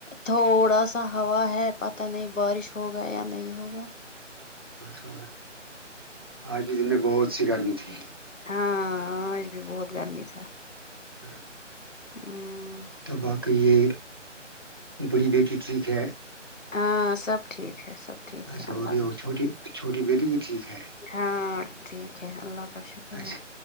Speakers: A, on the left; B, on the right.
A: تھوڑا سا ہوا ہے پت نہیں بارش ہوگا یا نہیں ہوگا
B: اور س آج بھی دن میں بہت سی گرمی تھی
A: ہاں آج بھی بہت گرمی تھا
B: ہ
A: ہمم
B: تو واقی یہ بڑی بیٹی ٹھیک ہے
A: ہاں سب ٹھیک ہے سب ٹھیک
B: اچھا
A: ہے اللہ
B: اور یہ
A: کا شکر
B: چھوٹی چھوٹی میری بھی ٹھیک ہے
A: ہاں ٹھیک ہے اللہ کا شکر
B: اچھا
A: ہے